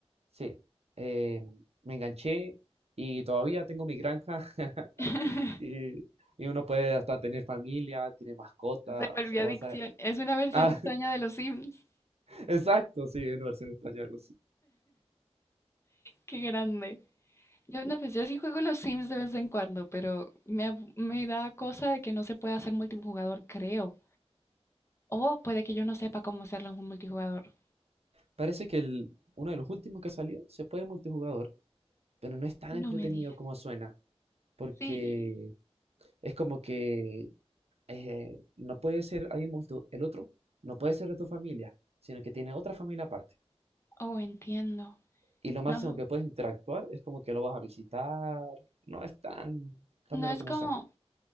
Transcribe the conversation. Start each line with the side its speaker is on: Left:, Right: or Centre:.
Right: Sí. eh, me enganché y todavía tengo mi granja. <laughs>
Left: <laughs>
Right: Y, y uno puede hasta tener familia, tiene mascotas,
Left: Se volvió
Right: avanza.
Left: adicción.
Right: <laughs>
Left: Es una versión
Right: Ah,
Left: extraña de los Sims.
Right: <laughs> exacto, sí, en versión extraña, algo
Left: Qué grande. Yo, no, pues yo sí juego los Sims de vez en cuando, pero me, ab- me da cosa de que no se pueda hacer multijugador, creo. O puede que yo no sepa cómo hacerlo en un multijugador.
Right: Parece que el, uno de los últimos que salió se puede multijugador, pero no es tan
Left: No
Right: entretenido
Left: me digas.
Right: como suena, porque
Left: Sí.
Right: es como que eh, no puede ser ahí mismo el otro, no puede ser de tu familia, sino que tiene otra familia aparte.
Left: Oh, entiendo.
Right: Y lo máximo
Left: No,
Right: que puedes interactuar es como que lo vas a visitar. No es tan, tan
Left: no
Right: bueno
Left: es
Right: como
Left: como...
Right: suena.